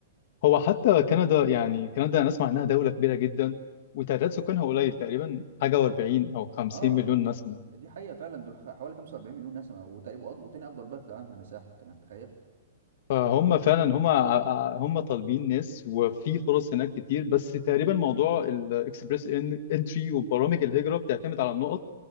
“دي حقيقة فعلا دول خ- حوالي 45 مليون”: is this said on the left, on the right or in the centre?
Right